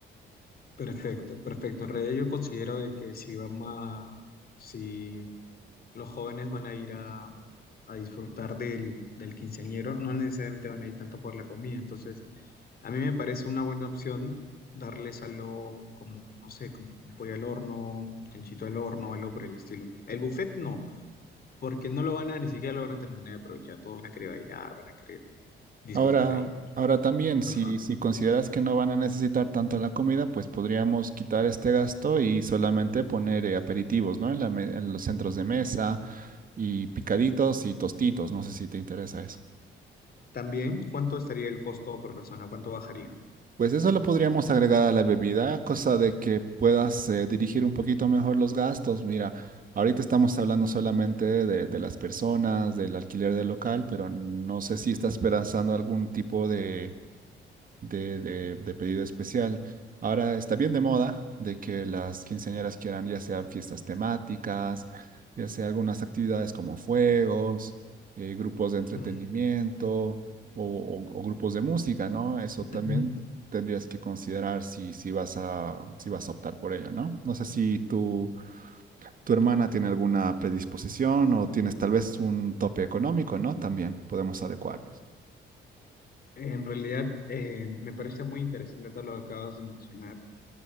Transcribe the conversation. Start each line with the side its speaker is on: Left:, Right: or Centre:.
Left: Perfecto, perfecto. En realidad yo considero de que si vamos a, si los jóvenes van a ir a, a disfrutar del, del quinceañero, no necesariamente van a ir tanto por la comida. Entonces, a mí me parece una buena opción darles algo como, no sé, como un pollo al horno, un chanchito al horno, algo por el estilo. El buffet no, porque no lo van a, ni siquiera lo van a terminar de aprovechar. Todos van a querer bailar, van a querer disfrutar
Right: Ahora,
Left: ahí.
Right: ahora también, si,
Left: Ajá.
Right: si consideras que no van a necesitar tanto la comida, pues podríamos quitar este gasto y solamente poner eh, aperitivos, ¿no? En la me- en los centros de mesa y picaditos y tostitos. No sé si te interesa eso.
Left: También, ¿cuánto estaría el costo por persona? ¿Cuánto bajaría?
Right: Pues eso lo podríamos agregar a la bebida, cosa de que puedas eh, dirigir un poquito mejor los gastos. Mira, ahorita estamos hablando solamente de, de las personas, del alquiler del local, pero no sé si estás pensando algún tipo de de, de- de pedido especial. Ahora está bien de moda de que las quinceañeras quieran ya sean fiestas temáticas, ya sea algunas actividades como fuegos, eh, grupos de entretenimiento
Left: Ujú.
Right: o, o- o grupos de música, ¿no? Eso
Left: <clears throat>
Right: también tendrías que considerar si, si vas a, si vas a optar por ello, ¿no? No sé si tu, tu hermana tiene alguna predisposición o tienes tal vez un tope económico, ¿no? También podemos adecuarnos.
Left: En realidad, eh, me parece muy interesante todo lo que acabas de mencionar.